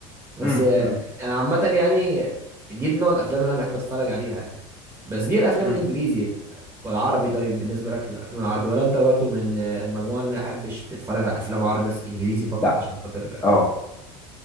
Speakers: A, on the right; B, on the left.
A: بس
B: مم،
A: آه،
B: مم،
A: انا عامه يعني دي نوع الافلام اللي انا بحب اتفرج عليها بس دي الافلام
B: مم.
A: الانجليزي والعربي طيب بالنسبه لك الافلام العربي ولا انت برضو من آه، المجموعه اللي ما بحبش بتتفرج على افلام عربي بس انجليزي فقط
B: لا
A: عشان خاطر
B: اه